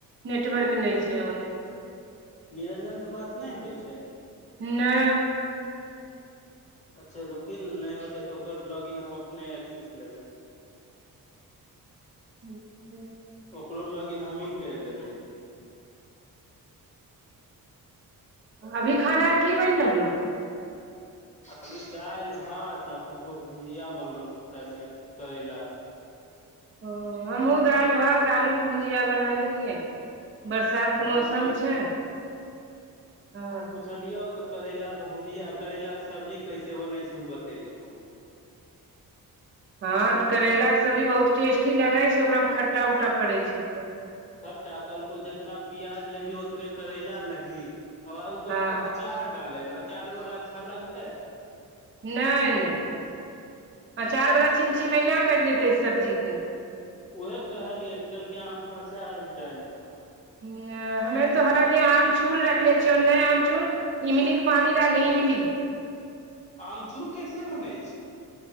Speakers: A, on the right (about 35°); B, on the left (about 20°).
A: नेटवर्क नहि छै ओन्ने।
B: निरंजन से बात नहि होइ छै?
A: नै।
B: अच्छा! रुखिन नै होतै तऽ, ओकर लॉगिन हम अपने एक्सेस लेबै।
A: बछ <unintelligible>
B: ओकरो लॉगिन हमहीं कैरि लेबै ने
A: अभी खाना आर की बनि रहलौ?
B: अभी दालि -भात, आ कुछोके के भुजिया बनलोहे करैलाके।
A: ओ, हमहूं दालि -भात आलूके भुजिया बना देलियै। बरसात के मौसम
B: बड़की
A: छै, है।
B: छलियौ तऽ, करैलाके भुजिया करैलाके सब्जी कैसे बनै छै, ऊ बतेलको।
A: हँ तऽ करैलाक के सब्जी बहुत टेस्टी लगै छै ओकरामे खट्टा उट्टा पड़ै छै तऽ।
B: खट्टा कहलको जितना प्याज लेभीह उतने करैला लही ओ कहलके
A: हँ
B: अच चार डाले लऽ अचार बला अच्छा लगतै।
A: नै नै अचार बला चीम चिमैना करि देतै सब्जी के।
B: उहे कहलियै कहलके आम अचार डालिहे।
A: नै हमे त हलाकि आमचूर रखलने छियौ नै आमचूर इमलीके पानी डाल दही इमली।
B: आमचूर कैसे बनै छै।